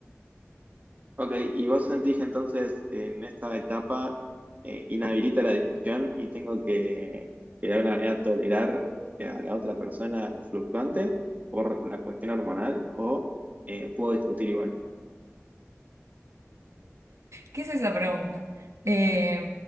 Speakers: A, on the right; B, on the right.
A: Ok, y vos sentís que entonces en esta etapa eh, inhabilita la discusión y tengo que, que de alguna manera tolerar eh, a la otra persona fluctuante por la cuestión hormonal o eh, puedo discutir igual.
B: ¿Qué es esa pregunta? Eh,